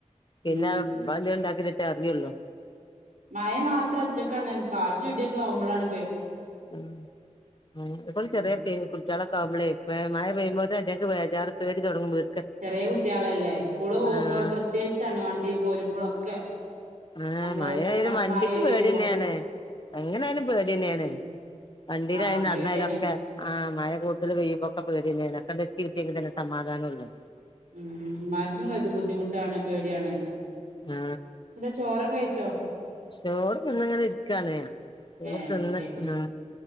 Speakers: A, on the left; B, on the right.
A: പിന്നെ
B: ഉം
A: <unintelligible> അറിയ്ള്ളു
B: മയ മാത്രറ്റക്കാണ് കാറ്റും ഇട്യൊക്കാവുമ്പളാണ്
A: ഉം ആ എപ്പോളും
B: ഉം
A: ചെറ്യേ പേ കുട്ട്യാളൊക്കെ ആവ്മ്പളേ വ് മയ പെയ്യുമ്പോത്ത് അറ്റേക്ക് ബേജാറ് പേടി തൊട്ങ്ങും വ്
B: ചെറ്യേ കുട്ട്യാളല്ലേ സ്കൂള് പോവുമ്പോ
A: ആഹ്
B: പ്രത്യേകിച്ചാണ് വണ്ടി പോരുമ്പ ഒക്കെ
A: ആ
B: നമ്മള്
A: മഴയയാലും
B: മ
A: വണ്ടിക്ക്
B: മഴ പെയ്യുമ്പോ
A: പേടിന്നേണ് എങ്ങനെയാലും പേടിന്നേണ്
B: ഉം
A: വണ്ടീലായലും
B: ആഹ്
A: നടന്നായലൊക്കെ
B: പേടിയാണ്
A: ആം മഴ കൂട്തല് പെയ്യുമ്പക്കെ പേട്യെന്നേണ് ഒക്കെണ്ട് എത്തിക്കിട്ട്യേകിൽ തന്നെ സമാധാനൊള്ളു
B: ഉം അവർക്കും ക ത് ബുദ്ധിമുട്ടാണ് പേട്യാണ്
A: ആ
B: ചോറൊക്ക കഴിച്ചോ
A: ചോറ് തിന്നങ്ങനെ ഇട്ക്കാണ് ചോറ്
B: ഏഹ്
A: തിന്ന്
B: ശരി
A: ആ